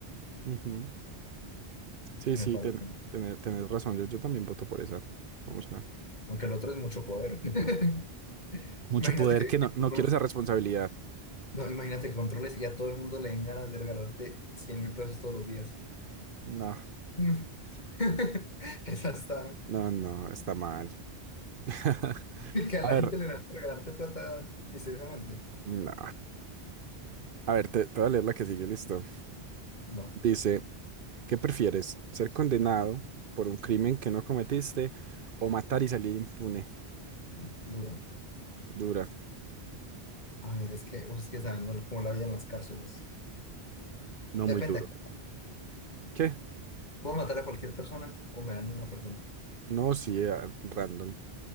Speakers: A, on the right (about 55°); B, on the left (about 45°).
A: ujú. Sí,
B: me
A: sí,
B: parece.
A: ten, tener, tener razón, yo, yo también voto por esa. Vamos a ver.
B: Aunque el otro es mucho poder. <laughs>
A: Mucho
B: Imagínate
A: poder
B: que,
A: que
B: que
A: no, no
B: controles,
A: quiero esa responsabilidad.
B: no, imagínate que controles y a todo el mundo le den ganas de regalarte cien mil pesos todos los días.
A: No,
B: Mm. <laughs> Esa está,
A: no, no, está mal. <laughs>
B: que a
A: A
B: la
A: ver,
B: gente le dan ganas de regalarte plata misteriosamente.
A: no. A ver, te, te voy a leer la que sigue, listo.
B: Bueno,
A: Dice... ¿Qué prefieres? ¿Ser condenado por un crimen que no cometiste o matar y salir impune?
B: dura.
A: Dura.
B: A ver, es que, uf, es que saben ¿no? cómo la vida en las cárceles.
A: No
B: Depende.
A: muy duro.
B: a qué.
A: ¿Qué?
B: ¿Puedo matar a cualquier persona o me dan una persona?
A: No, sí, ah, random.